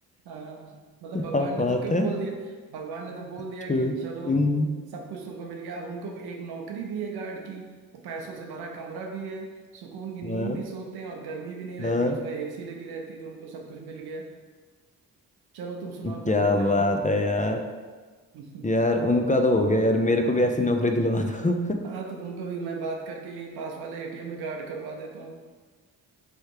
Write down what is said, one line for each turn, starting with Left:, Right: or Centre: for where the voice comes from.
Right: हाँ मतलब
Left: क्या
Right: भगवान ने
Left: बात
Right: तो क्या
Left: है
Right: बोल दिया भगवान ने तो बोल दिया
Left: two
Right: कि चलो
Left: in-
Right: सब कुछ तुमको मिल गया अब उनको एक नौकरी भी है गार्ड की वो पैसों से भरा कमरा भी है सुकून की नींद
Left: हाँ,
Right: भी सोते हैं और गर्मी भी नहीं
Left: हाँ,
Right: रहती उसमें एसी लगी रहती तो उनको सब कुछ मिल गया चलो तुम सुनाओ कोई
Left: क्या
Right: बेहतरीन
Left: बात है यार
Right: <laughs>
Left: यार उनका तो हो गया यार मेरे को भी ऐसी नौकरी दिलवा दो
Right: हाँ तो तुमको भी मैं बात करके यहीं पास वाले एटीएम में गार्ड करवा देता हूँ